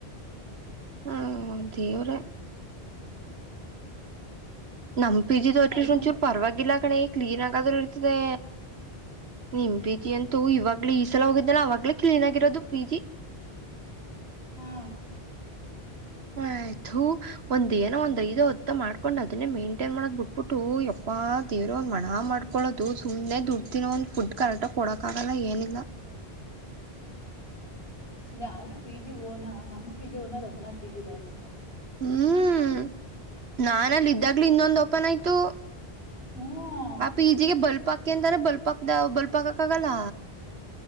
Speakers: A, on the right; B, on the left.
A: ಹಾ ದೇವ್ರೇ ನಮ್ಮ ಪಿಜಿದು
B: ನೀನ್
A: ಅಟ್ಲೀಸ್ಟ್
B: ಅಲ್
A: ಒಂಚೂರ ಪರವಾಗಿಲ್ಲ ಕಣೆ ಕ್ಲೀನ್ ಆಗಾದ್ರು ಇರ್ತಿದೆ. ನಿಮ್ ಪಿ ಜಿ ಅಂತೂ ಇವಾಗ್ಲು ಈ ಸಲ ಹೋಗಿದ್ದಾನ ಆವಾಗ್ಲೇ ಕ್ಲೀನ್ ಆಗಿರೋದು ಪಿ ಜಿ.
B: ಹ್ಞಾ.
A: ಹ ತು ಒಂದ್ ಏನೋ ಒಂದ್ ಐದೋ ಹತ್ತೋ ಮಾಡ್ಕೊಂಡ ಅದನ್ನೇ ಮೇಂಟನ್ ಮಾಡೋದ ಬಿಟ್ಬಿಟ್ಟು ಯಪ್ಪಾ ದೇವ್ರ ಒಂದ್ ಮಣ ಮಾಡ್ಕ ಕೊಡೋದು ಸುಮ್ನೆ ದುಡ್ ತಿನ ಒಂದು ಫುಡ್ ಕರೆಕ್ಟ ಕೊಡಕ್ಕಾಗಲ್ಲ ಏನಿಲ್ಲ
B: ಅಲ್ಲ ಆದ್ರ ಪಿ ಜಿ ಓನ ನಮ್ಮ ಪಿ ಜಿ ಓನರ್ ಹದ್ರು ಪಿ ಜಿ ಇದಾವ ಅಂತ ನೋಡಿ
A: ಹ್ಮ್ ನಾನಲ್ಲಿ ಇದ್ದಾಗ್ಲೂ ಇನ್ನೊಂದು ಓಪನ್ ಆಯ್ತು
B: ಹ್ಮ್
A: ಅಪ ಈಜಿಗೆ ಬಲ್ಪಾಕಿ ಅಂತ್ರೆ ಬಲ್ಪಾಕ್ದ ಬಲ್ಪಾಕಕ ಆಗಲ್ಲ